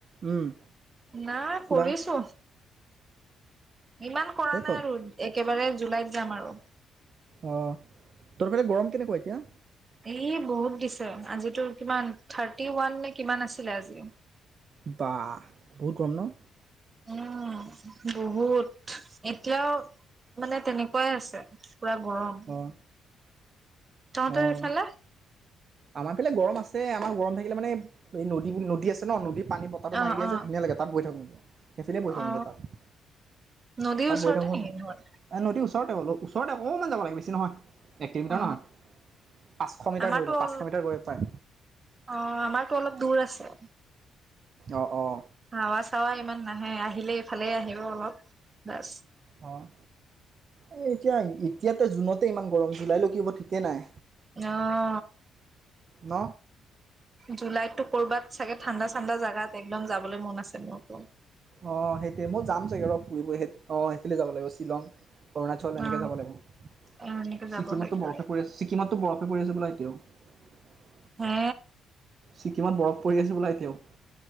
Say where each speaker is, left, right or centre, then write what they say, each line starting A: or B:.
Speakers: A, on the right; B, on the right.
A: উম
B: না
A: ফুৰা
B: কৰিছো ইমান কৰা
A: এই
B: নাই
A: তই
B: আৰু একেবাৰে জুলাইত যাম আৰু
A: অ তহঁতৰ ফালে গৰম কেনেকুৱা এতিয়া
B: এই বহুত দিছে আজিতো কিমান থাৰ্টি ওৱান নে কিমান আছিলে আজি
A: বা বহুত গৰম ন
B: উম বহুত এতিয়াও মানে তেনেকোৱাই আছে পুৰা গৰম
A: অঁ
B: তহঁতৰ
A: অঁ
B: সেইফালে
A: আমাৰ ফালে গৰম আছে, আমাৰ গৰম থাকিলে মানে এই নদী -নদী আছে ন নদীত পানী পকাটো
B: অ
A: মাৰি দিয়ে
B: অ
A: যে ধুনীয়া লাগে, তাত বহী থাকোঁ সেইফালে বহী থাকোঁগে
B: অ
A: তাত
B: নদীৰ
A: তাত
B: ওচৰতে
A: বহী থাকোঁ
B: নেকি ঘৰ
A: এ নদী ওচৰত ওচৰতে বোলো ওচৰতে অকনমান যাব লাগে বেছি নহয়। এক কিলোমিটাৰ
B: অ
A: নহয়। পাঁচশ মিটাৰ
B: আমাৰতো
A: ধৰি লওক পাঁচশ
B: অল অ
A: মিটাৰ গৈ পায়
B: আমাৰতো অলপ দু <unintelligible> দুৰ আছে।
A: অ' অ'।
B: হাৱা চাৱা ইমান নাহে, আহিলে এইফালে আহিব অলপ বাচ।
A: অ', এই এতিয়া- এতিয়াতে জুনতে ইমান গৰম। জুলাই লৈ কি হব ঠিকে নাই।
B: অ <unintelligible>
A: ন
B: জুলাইতো- ক'ৰবাত চাগে ঠাণ্ডা- চাণ্ডা জাগাত একদম যাব যাবলে মন আছে মোৰটো
A: অ সেইটোৱে। মই যাম চাগে ৰ ফুৰিব হেত অ সিফালে যাব লাগিব শ্বিলং, অৰুণাচল এনেকে
B: অ
A: যাব লাগিব।
B: এনেকে যাব
A: ছিকিমতটো
B: লাগিব
A: বৰফে পৰে। ছিকিমতটো বৰফ পৰি আছে বোলে এতিয়াও। <unintelligible>
B: হা
A: ছিকিমত বৰফ পৰি আছে হ'বলা এতিয়াও।